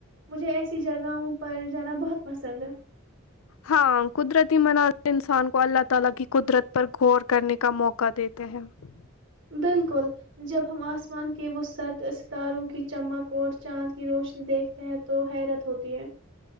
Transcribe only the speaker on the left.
ہاں قدرتی مناتے انسان کو اللہ تعالی کی قدرت پر غور کرنے کا موقع دیتے ہیں ہیلو